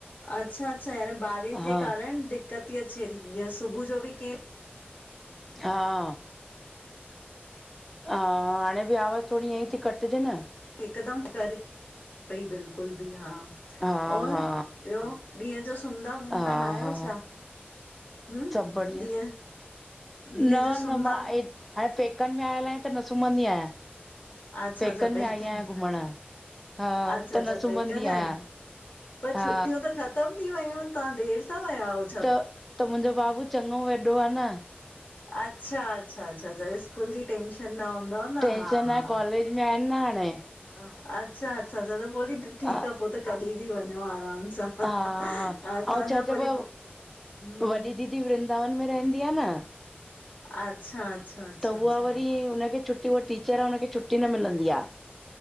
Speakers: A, on the left; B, in the centre.
A: अच्छा अच्छा याने बारिश
B: हा
A: जे कारण दिक्कत थी अचे सुबह जो बि कहि
B: हा हा हाणे बि आवाज़ थोरी ईअं ई थी कटिजे न
A: हिकदम करे पई बिल्कुल बि हा
B: हा
A: और
B: हा
A: ॿियो ॾींहं जो सुमंदा वुमदा
B: हा
A: न आहियो
B: हा
A: छा? हम,
B: सभु बढ़िया
A: ॾींहं ॾींहं
B: न
A: जो
B: न
A: सुम्दा
B: मां ए- हाणे पेकनि में आयल आहिया त न सुम्हंदी आहियां।
A: अच्छा
B: पैकनि
A: अच्छा पेकन
B: में आई आहियां घुमण हा त
A: अच्छा अच्छा
B: न
A: पेकन
B: सुम्हंदी
A: आहियो
B: आहियां।
A: पर
B: हा
A: छुटियूं त ख़तम थी वयूं आहिनि तव्हां देरि सां विया हुयव?
B: त त मुंहिंजो बाबू चङो वॾो आहे न
A: अच्छा अचछा अ स्कूल जी टेंशन न हूंदव न
B: टेंशन
A: हा हा
B: आहे कॉलेज में आहिनि न हाणे
A: हा अच्छा अच्छा अचछा त पोइ ठीकु
B: हा
A: आहे पोइ त कॾहिं बि वञो आराम सां
B: हा हा
A: असांजा
B: ऐं छा चइबो
A: वरी
B: आहे
A: हम्म
B: वॾी दीदी वृंदावन में रहंदी आहे न
A: अच्छा अच्छा अच्छा
B: त
A: अच्छा
B: उहा वरी
A: हा
B: हुनखे छुटी उहा टीचर आहे हुनखे छुटी न मिलंदी आहे